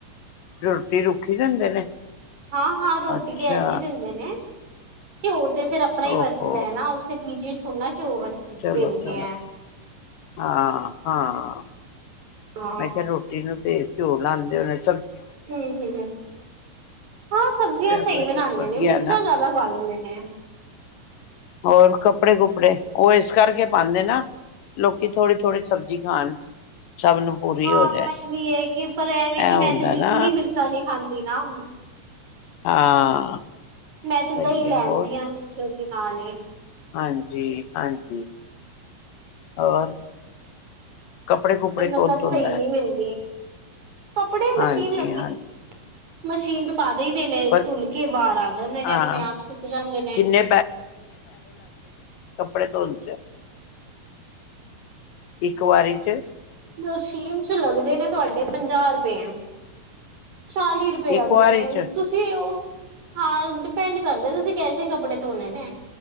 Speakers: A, on the left; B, on the right.
A: ਰੋਟੀ ਰੁੱਖੀ ਦੇਂਦੇ ਨੇ
B: ਹਾਂ ਹਾਂ ਰੋਟੀ
A: ਅੱਛਾ
B: ਤੇ ਐਸੀ ਦ ਦਿੰਦੇ ਨੇ ਕਿਉਂ ਤੇ ਫਿਰ ਆਪਣਾ ਹੀ
A: ਓਹੋ
B: ਵਰਤਦਾ ਹੈ ਨਾ ਉੱਥੇ ਪੀਜੀ ਤੁਨਾ <unintelligible>
A: ਚਲੋ ਚਲੋ ਹਾਂ ਹਾਂ
B: ਹਾਂ
A: ਮੈਂ ਕਿਹਾ ਰੋਟੀ ਨੂੰ ਤੇ ਘਿਓ ਲਾਉਦੇ <unintelligible>
B: ਹਮ ਹ ਹਾਂ ਸਬਜ਼ੀਆਂ
A: ਚਲੋ
B: ਸਹੀ ਬਣਾਉਂਦੇ
A: ਵਧੀਆ
B: ਨੇ ਮਿਰਚਾਂ
A: ਨਾ
B: ਜ਼ਿਆਦਾ ਪਾ ਦਿੰਦੇ ਨੇ
A: ਹੋਰ ਕੱਪੜੇ ਕੁਪੜੇ ਉਹ ਇਸ ਕਰਕੇ ਪਾਉਦੇ ਨਾ ਲੋਕੀ ਥੋੜ੍ਹੀ ਥੋੜ੍ਹੀ ਸਬਜ਼ੀ ਖਾਣ ਸਭ ਨੂੰ ਪੂਰੀ
B: ਹਾਂ
A: ਹੋ ਜਾਏ
B: ਇਹ ਵੀ ਹੈ ਕਿ ਪਰ ਇਹਵੇ
A: ਇਹ
B: ਕਿ
A: ਹੁੰਦਾ
B: ਮੈਂ ਤੇ ਬਿਲਕੁਲ
A: ਨਾ
B: ਹੀ ਮਿਰਚਾ ਨਹੀਂ ਖਾਂਦੀ ਨਾ
A: ਹਾਂ
B: ਮੈਂ ਤੇ
A: ਸਹੀ
B: ਦਾਂਹੀ ਲੈਣਦੀ
A: ਹੈ ਹੋਰ
B: ਹ ਦੇ ਨਾਲ ਨੇ
A: ਹਾਂਜੀ ਹਾਂਜੀ ਹੋਰ ਕੱਪੜੇ ਕੁਪੜੇ
B: ਮਤਲਬ
A: ਕੌਣ
B: ਸਹੀ
A: ਧੋਂਦਾ
B: ਨਹੀਂ ਮਿਲਦੀ ਕੱਪੜੇ
A: ਹਾਂਜੀ
B: ਮਸ਼ੀਨ ਲੱਗੀ
A: ਹਾਂਜੀ
B: ਮਸ਼ੀਨ ਚ ਪਾ ਵਧ ਦੇ ਨੇ
A: ਪਰ
B: ਤੁੱਲ ਕੇ ਬਾਹਰ ਆ ਜਾਂਦੇ ਨੇ
A: ਹਾਂ
B: ਆਪਣੇ ਆਪ ਸੁੱਕ ਜਾਂਦੇ ਨੇ
A: ਕਿੰਨੇ ਕੜੇ ਧ ਉਚ ਇੱਕ ਵਾਰੀ ਚ
B: ਮਸ਼ੀਨ ਚ ਲੱਗਦੇ ਨੇ ਤੁਹਾਡੇ ਪੰਜਾਹ ਰੁਪਏ ਚਾਲੀ ਰੁਪਏ ਲੱਗਦੇ
A: ਇੱਕ ਵਾਰੀ
B: ਨੇ
A: ਚ
B: ਤੁਸੀਂ ਉਹ ਹਾਂ ਡਿਪੈਂਡ ਕਰਦੇ ਤੁਸੀਂ ਕੈਸੇ ਕੱਪੜੇ ਧੋਣੇ ਨੇ